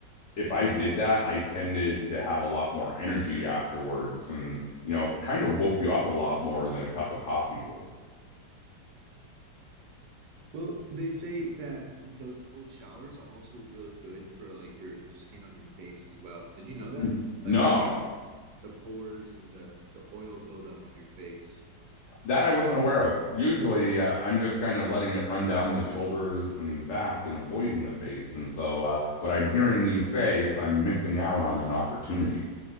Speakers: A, on the left; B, on the right.
A: if I did that, I tended to have a lot more energy afterwards and, you know, kind of woke you up a lot more than a cup of coffee would.
B: Well, they say that those cold showers are also really good for like your the skin on your face as well. Did you know that?
A: Mm. No,
B: Like the the pores and the the oil buildup on your face.
A: that I wasn't aware of. Usually, uh, I'm just kind of letting it run down the shoulders and back and avoiding the face. And so, uh, what I'm hearing you say is I'm missing out on an opportunity.